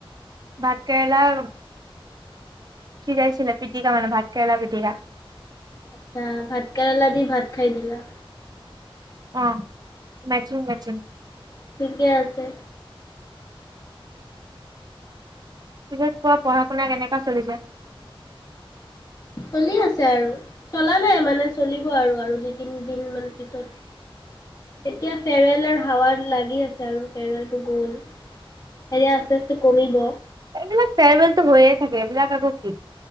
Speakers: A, on the right; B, on the left.
A: ভাতকেৰেলা <unintelligible> পিটিকা মানে ভাত <unintelligible> পিটিকা
B: আচ্ছা, ভাত কেৰেলা দি ভাত খাই দিলা।
A: অ' মেটচিং মেটচিং।
B: ঠিকে আছে।
A: পিছে কোৱা, পঢ়া শুনা কেনেকুৱা চলিছে?
B: চলি আছে আৰু চলা নাই মানে, চলিব আৰু, আৰু দুই তিনি দিন মান। পিছত, এতিয়া ফেয়াৰবেলৰ হাৱা লাগে <unintelligible> আছে আৰু ফেৰৱেলটো গ'ল। এনে আস্তে আস্তে কমিব।
A: এইবিলাক ফেয়াৰৱেলটো হৈয়ে থাকে এইবিলাক আকৌ কি?